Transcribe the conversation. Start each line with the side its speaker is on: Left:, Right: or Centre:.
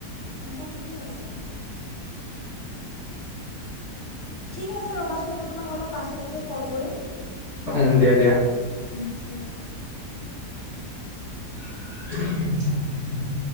Left: এনেকা ঠিকেই আছে। ঠিক আছে ৰ'বাচোন মই তোমাক অলপ পাছতকে কল কৰিম।
Centre: উম, দিয়া- দিয়া।
Left: উম, ঠিক আছে।
Centre: <inaudible>